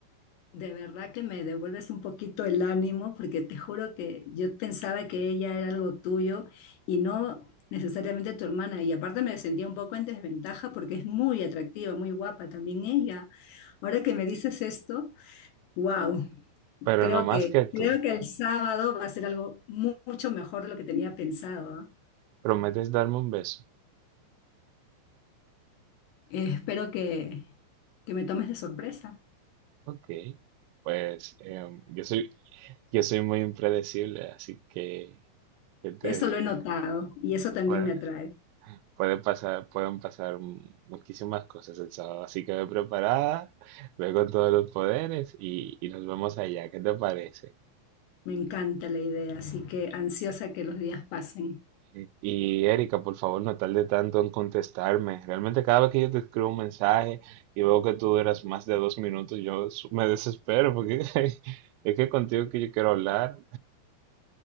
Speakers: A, on the left; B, on the right.
A: De verdad que me devuelves un poquito el ánimo porque te juro que yo pensaba que ella era algo tuyo y no necesariamente tu hermana. Y aparte me sentía un poco en desventaja porque es muy atractiva, muy guapa también ella. Ahora que me dices esto, wow,
B: Pero
A: creo
B: no más
A: que,
B: que tú.
A: creo que el sábado va a ser algo mu- mucho mejor de lo que tenía pensado, ¿ah?
B: ¿Prometes darme un beso?
A: Eh, espero que, que me tomes de sorpresa.
B: Ok. Pues em, yo soy, yo soy muy impredecible, así que, ¿qué te
A: Eso
B: digo?
A: lo he notado y eso también
B: Puede,
A: me atrae.
B: puede pasar, pueden pasar mu- muchísimas cosas el sábado, así que ve preparada, ve con todos los poderes y, y nos vemos allá. ¿Qué te parece?
A: Me encanta la idea, así que ansiosa que los días pasen.
B: Y y, Erika, por favor, no tarde tanto en contestarme. Realmente cada vez que yo te escribo un mensaje y veo que tú duras más de dos minutos, yo su- me desespero porque <laughs> es que contigo que yo quiero hablar.